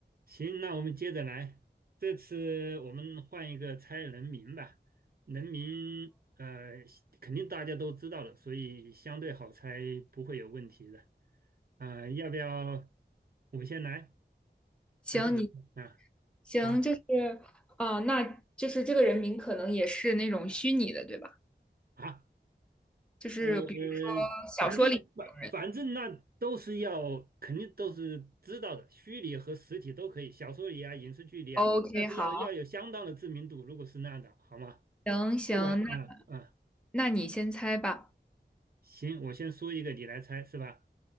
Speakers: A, on the right; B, in the centre.
A: 行，那我们接着来。这次我们换一个猜人名吧。人名，呃，肯定大家都知道了，所以相对好猜，不会有问题的。啊、要不要我先来，
B: 行，
A: 还是你先啊？
B: 你行，
A: 好
B: 就是啊、呃那就是这个人名可能也是那种虚拟的，对吧？
A: 啊，
B: 就是比如说小说里那种人。
A: 呃，反正反反正那都是要，肯定都是知道的，虚拟和实体都可以，小说里啊，影视剧里啊，
B: OK，
A: 但是要要有相当的知名度，
B: 好，
A: 如果是那样的，好吗？
B: 行行，
A: 不管，
B: 那
A: 啊啊。
B: 那你先猜吧。
A: 行，我先说一个，你来猜是吧？